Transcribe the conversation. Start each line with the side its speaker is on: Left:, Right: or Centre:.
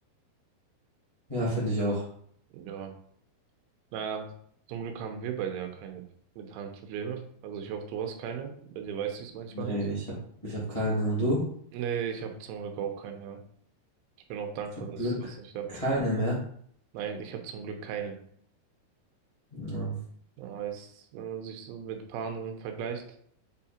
Left: Ja, finde ich auch.
Right: Ja, naja, zum Glück haben wir beide ja keine mentalen Probleme. Also ich hoffe, du hast keine. Bei dir weiß ich es manchmal
Left: Nee,
Right: nicht.
Left: ich hab, ich hab keine. Und du?
Right: Nee, ich habe zum Glück auch keine. ja. Ich bin auch dankbar,
Left: Zum
Right: dass
Left: Glück.
Right: ich was nicht habe.
Left: Keine mehr.
Right: Nein, ich habe zum Glück keine.
Left: Ja.
Right: Ja, es, wenn man sich so mit ein paar anderen vergleicht,